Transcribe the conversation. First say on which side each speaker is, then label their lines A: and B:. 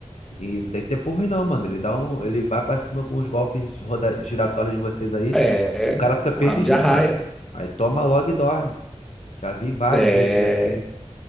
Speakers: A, on the left (about 75°); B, in the centre.
A: e não tem tempo ruim não, mano. Ele dá um, ele vai pra cima com os golpes de roda, giratórios de vocês aí,
B: É,
A: o cara fica perdidinho,
B: o rabo de arraia.
A: mano. Aí toma logo e dorme. Já vi vários
B: É,
A: vídeos assim.